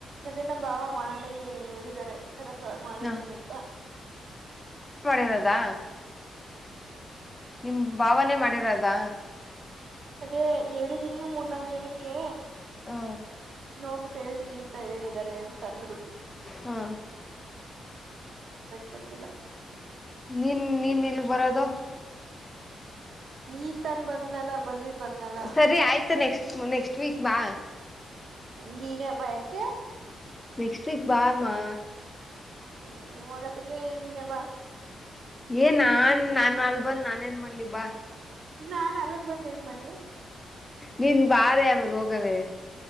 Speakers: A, on the right (about 65°); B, on the left (about 20°).
A: ಅದೇ ನಮ್ಮ ಬಾವ ಮಾಡಿ ಹೇಳಿದಿದ್ದಾರೆ ಎಲ್ಲ ಮಾಡಿದೀನಿ
B: ಹ
A: ಅಂತ
B: ಮಾಡಿರೋದಾ ನಿಮ್ ಭಾವನೆ ಮಾಡಿರದ
A: ಅದೇ ಹೇಳಿದೀನಿ ಮೂರ್ನಾಕ್ ಜನಕ್ಕೆ
B: ಹ
A: ನೋಡ್ಬಿಟ್ಟ ಕೇಳ್ತೀನಿ ಅಂತ ಹೇಳಿದಿದ್ದಾರೆ ಅಂತಂದ್ರು
B: ಹಾ
A: ಪತ್ತಿಲ್ಲ
B: ನೀನ್ನ ನೀ ನಿಲ್ ಬರದು
A: ಈ ತನ್ ಬಂದ್ನಲ ಬಂದಿದ ಬಂದ್ನಲ
B: ಸರಿ ಆಯ್ತು ನೆಕ್ಸ್ಟ್ ವೀಕ್ ಬಾ
A: ನೀನ ಬಾಯಕ್ಕೆ
B: ನೆಕ್ಸ್ಟ್ ವೀಕ್ ಬಾಮಾ
A: ಹ್ಮ ಇವಾಗತ್ತಗೆ ನೀನ್ವಾ ಬಾ
B: ಏನ್ ನಾನ್ ನಾನು ಅಲ್ಬಂದ್ ನಾನ ಏನ್ ಮಾಡ್ಲಿ ಬಾ
A: ನಾನ್ ಅಲ್ಲ ಬಂದ ಏನ್ ಬಂದಿ
B: ನೀನ್ ಬಾರೆ ಆಮೇಲೆ ಹೋಗದೆ